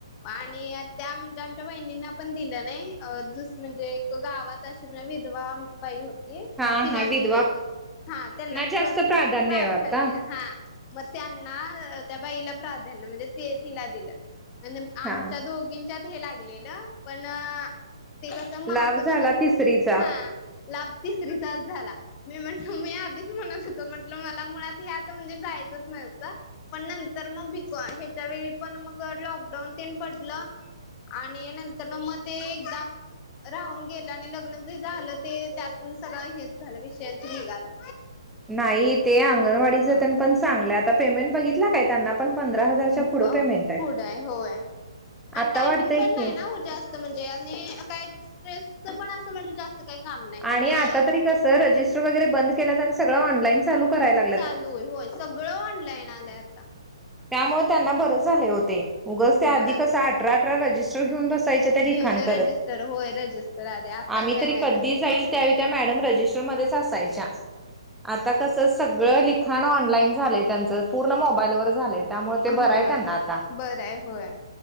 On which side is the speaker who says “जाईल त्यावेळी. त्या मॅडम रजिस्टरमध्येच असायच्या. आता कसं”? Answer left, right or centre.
Centre